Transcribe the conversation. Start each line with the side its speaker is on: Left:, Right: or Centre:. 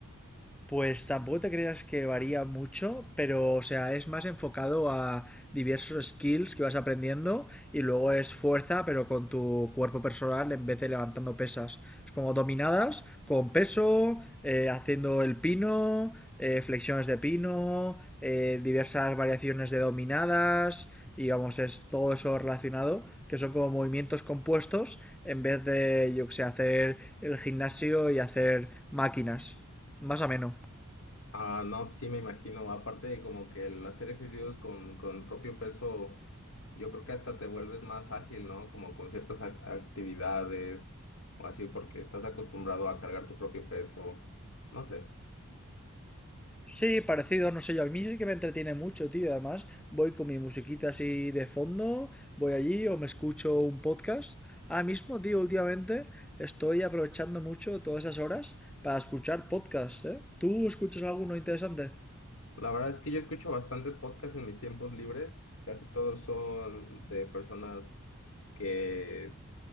Centre: Pues tampoco te creas que varía mucho, pero o sea, es más enfocado a diversos skills que vas aprendiendo y luego es fuerza, pero con tu cuerpo personal en vez de levantando pesas. Es como dominadas con peso, eh, haciendo el pino, eh, flexiones de pino, eh, diversas variaciones de dominadas y vamos, es todo eso relacionado, que son como movimientos compuestos en vez de, yo que sé, hacer el gimnasio y hacer máquinas. Más ameno.
Left: Ah, no, sí me imagino. Aparte de como que el hacer ejercicios con, con propio peso, yo creo que hasta te vuelves más ágil, ¿no? Como con ciertas ac- actividades o así, porque estás acostumbrado a cargar tu propio peso. No sé.
Centre: Sí, parecido, no sé yo. A mí sí que me entretiene mucho, tío. Además, voy con mi musiquita así de fondo, voy allí o me escucho un podcast. Ahora mismo, tío, últimamente estoy aprovechando mucho todas esas horas para escuchar podcasts, ¿eh? ¿Tú escuchas alguno interesante?
Left: La verdad es que yo escucho bastante podcast en mis tiempos libres. Casi todos son de personas que